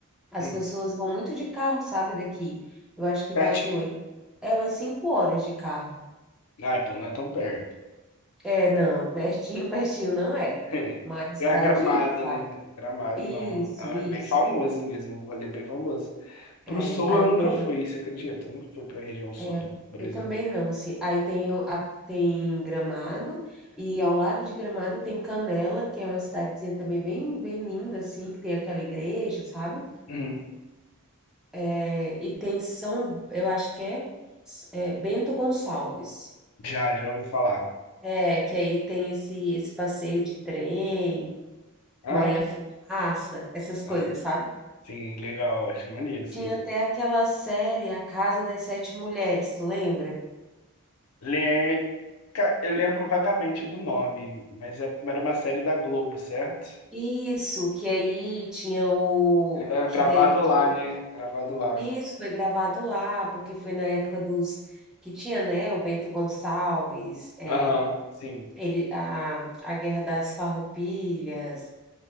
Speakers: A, in the centre; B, on the left.
A: as
B: Uhum.
A: pessoas vão muito de carro, sabe? Daqui. Eu acho que
B: Pertinho.
A: dá o quê? Ué- É umas cinco horas de carro.
B: Ah, então não é tão perto.
A: É, não, pertinho, <laughs> pertinho não é,
B: É.
A: mas
B: Gra-
A: dá
B: Gramado,
A: de ir, sabe?
B: né? Gramado,
A: Isso,
B: não. Não, É
A: isso.
B: bem famosa mesmo, um rolê bem famoso. Pro
A: É,
B: sul
A: aí
B: eu nunca
A: tem,
B: fui, você acredita? Eu nunca fui pra região sul
A: é,
B: do Brasil.
A: eu também não, assim, aí tem, o- a- tem Gramado, e ao lado de Gramado tem Canela, que é uma cidadezinha também bem, bem linda, assim, que tem aquela igreja, sabe?
B: Uhum.
A: É, e tem São, eu acho que é, S- é, Bento Gonçalves,
B: Já, já ouvi falar.
A: é, que aí tem esse, esse passeio de trem,
B: Ah,
A: Maria Fumaça, essas coisas,
B: ah,
A: sabe?
B: sim, legal, acho maneiro, sim.
A: Tinha até aquela série A Casa das Sete Mulheres, tu lembra?
B: Le... Ca- Eu lembro vagamente do nome, mas é- era uma série da Globo, certo?
A: Isso, que aí tinha o.
B: Era gravado
A: Que daí.
B: lá,
A: tinha-
B: né? Gravado lá.
A: Isso foi gravado lá, porque foi na época dos. Que tinha, né? O Bento Gonçalves, é,
B: Aham, sim.
A: ele, a, a Guerra das Farroupilhas,